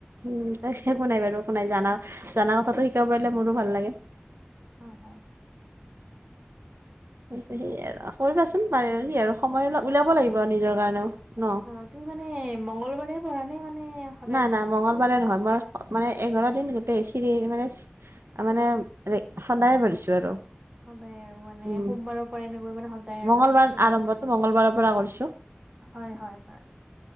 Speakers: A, on the right (about 80°); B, on the right (about 30°).
A: উ। একো নাই বাৰু একো নাই জানা জা কথাাতটো
B: উম
A: শিকাব পাৰিলে মোৰো ভাল লাগে।
B: হয় হয়
A: ত সে আৰু কৰিবাচোন সি আৰু সময় ওলাব লাগিব নিজৰ কাৰণেও। ন
B: অ তুমি মানে মংগলবাৰে পঢ়া নে মানে। সদায়
A: নাই
B: পঢ়া
A: নাই মঙগলবাৰে
B: এইটো মানে
A: নহয় মই। মানে এঘাৰ দিন গোটেই চিৰি মানে মানে সদায় ভঢ়িছোঁ আৰু।
B: সদায় আৰু মানে
A: উম
B: সোমবাৰৰ পৰা এনেকৈ মানে সদায় আৰু
A: মংগলবাৰ
B: এঘাৰটা
A: আৰম্ভটো
B: দিন
A: মংগলবাৰৰ পৰা কৰিছো
B: হয় হয় হয়